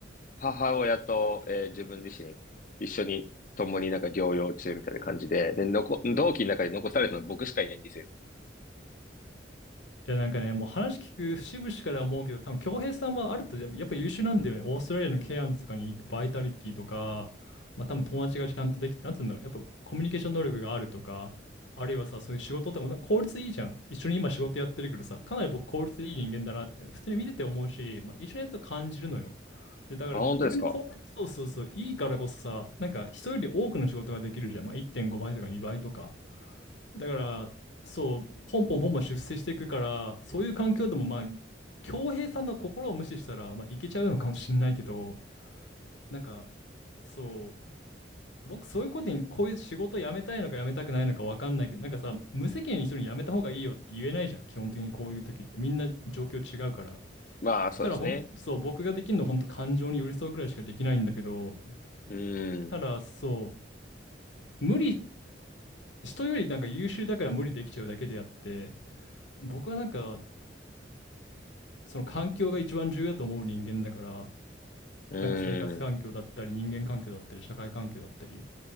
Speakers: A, on the left; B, on the left.
A: 母親と、えー自分自身、一緒に、共になんか療養中みたいな感じで、で、残、同期の中で残されたのは僕しかいないんですよ。
B: いやなんかね、もう話聞く節々から思うけど、多分恭平さんはあるとやっぱやっぱ優秀なんだよね。オーストラリアのケアンズとかに行くバイタリティとか、まあ多分友達がちゃんとできて、なんつうんだろう、やっぱコミュニケーション能力があるとか、あるいはさ、そういう仕事とかもなんか効率いいじゃん。一緒に今仕事やってるけどさ、かなり僕効率いい人間だなって、普通に見てて思うし、まあ一緒にやってると感じるのよ。で、だから逆に効率、
A: あ、本当ですか
B: そうそうそう、いいからこそさ、なんか人より多くの仕事ができるじゃん。まあ1.5倍とか2倍とか。だから、そう、ポンポンポンポン出世していくから、そういう環境でも、まあ、恭平さんの心を無視したら、まあ、いけちゃうのかもしれないけど、なんか、そう、僕、そういうことに、こういう仕事辞めたいのか辞めたくないのか分かんないけど、なんかさ、無責任に人に辞めた方がいいよって言えないじゃん、基本的にこういう時って、みんな状況違うから。
A: まあ、そうですね。
B: ただ、ほん、そう、僕ができるのは、本当感情に寄り添うぐらいしかできないんだけど、
A: うーん、
B: ただ、そう、無理、人よりなんか優秀だから無理できちゃうだけであって、僕はなんか、その環境が一番重要だと思う人間だから、
A: うーん、
B: なんか生活環境だったり、人間環境だったり、社会環境だったり、